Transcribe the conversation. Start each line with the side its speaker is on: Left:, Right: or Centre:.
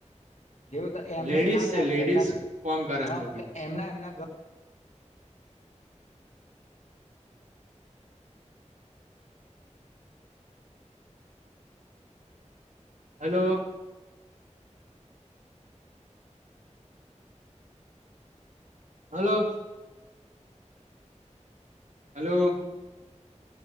Left: એવું તો એમને
Right: લેડીઝ
Left: કામ
Right: છે
Left: લાગશે
Right: લેડીઝ
Left: એમના
Right: કોમ કરે
Left: હ
Right: છે બધી
Left: એમના એમના
Right: હેલો હાલો હલો